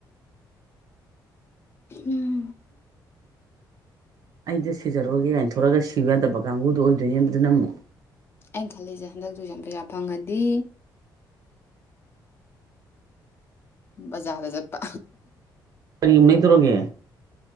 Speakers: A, on the left; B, on the right.
A: ꯎꯝ
B: ꯑꯩꯗ ꯁꯤꯖꯧꯔꯨꯔꯒꯦ ꯒꯥꯏꯅꯊ‌ꯣꯔ‌ꯑꯒ ꯁꯤꯌꯨ ꯌꯥꯗꯕ ꯀꯥꯡꯕꯨꯗ‌ꯣ ꯑꯣꯏꯗꯣꯏꯅꯦꯕꯗꯨꯅ ꯑꯃꯨꯛ
A: ꯑꯩꯅ ꯈꯜꯂꯤꯁꯦ ꯍꯟꯗꯛ ꯇꯨꯁꯟ ꯄꯩꯁꯥ ꯐꯪꯉꯗꯤ ꯕꯖꯥꯔꯗ ꯆꯠꯄ
B: ꯀꯔꯤ ꯑꯃꯨꯛ ꯂꯩꯗꯣꯔꯒꯦ